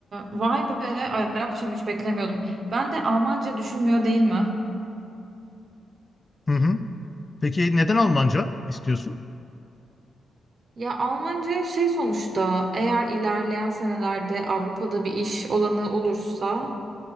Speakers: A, on the right; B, on the left.
A: vay be Arapçam hiç beklemiyordum. Ben de Almanca düşünmüyor değil mi?
B: Hı hı. Peki neden Almanca istiyorsun?
A: Ya Almanca şey sonuçta eğer ilerleyen senelerde Avrupa'da bir iş olanı olursa